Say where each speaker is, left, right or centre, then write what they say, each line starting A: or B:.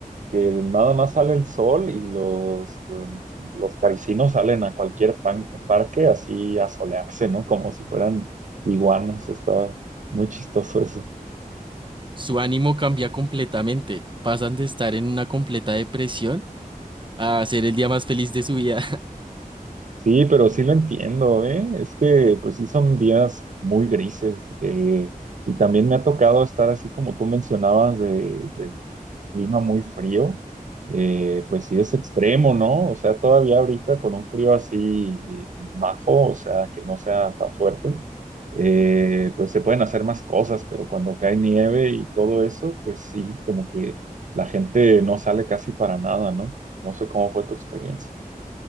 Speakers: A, on the right (about 60°); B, on the right (about 35°).
A: que nada más sale el sol y los, eh, los parisinos salen a cualquier pan- parque así a solearse, ¿no? Como si fueran iguanas. Está muy chistoso eso.
B: Su ánimo cambia completamente. Pasan de estar en una completa depresión a ser el día más feliz de su vida.
A: Sí, pero sí lo entiendo, ¿eh? Es que pues sí son días muy grises eh, y también me ha tocado estar así como tú mencionabas de, del clima muy frío, eh, pues sí es extremo, ¿no? O sea, todavía ahorita con un frío así bajo, o sea, que no sea tan fuerte, eh, pues se pueden hacer más cosas, pero cuando cae nieve y todo eso, pues sí, como que la gente no sale casi para nada, ¿no? No sé cómo fue tu experiencia.